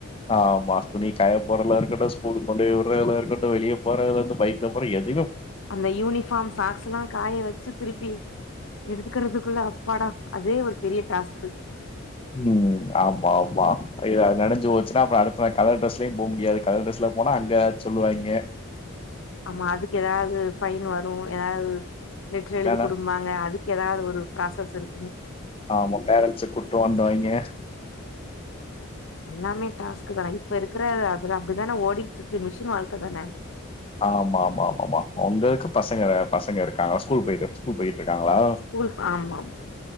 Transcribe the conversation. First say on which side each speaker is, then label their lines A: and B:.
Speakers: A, on the left; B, on the left.
A: ஆ மாஸ்துனி கய பொருளா இருக்கட்டு ஸ்கூல் கொண்டே உடுதல்லா இருக்கட்டு வெளிய போறதுல இருந்து பைக்ல போற எது
B: அந்த யூனிபார்ம் சாக்ஸ் எல்லா காய வெச்சி திருப்பி எடுத்துக்கிறது குல்ல அப்பாடா அதே ஒரு பெரிய டாஸ்க்கு
A: ம் ஆமா ஆமா இத நெனஞ்சு போச்சுன்னா அப்புரோ அடுத்த நாள் கலர் ட்ரெஸ்லவு போயு முடியாது கலர் டிரெஸ்ல போனா அங்க சொல்லுவாங்க
B: ஆமா அதுக்கு எதாவ்து ஃபைன் வரு எதாது லெட்டர்
A: இல்லனா
B: எழுதி குடும்மாக அதுக் எதாது ஒரு ப்ராசஸ் இருக்குங்
A: ஆமா பேரன்ஸ் கூட்டுவா வந்த இங்க
B: எல்லாமே டாஸ்க்கு தா இப்ப இருக்கிற அதுல அப்டிதான ஓடிட்டுற்க்கு மிஷின் வாழ்க்க தான
A: ஆமா ஆமா ஆமா ஆம்மம்மா உங்களுக்கு பசங்க வேப் பசங்க இருக்காங்க ஸ்கூல் போயிட்டு ஸ்கூல் போயிட்டு இருக்காங்களா
B: ஸ்கூல் ஆமா ஆமா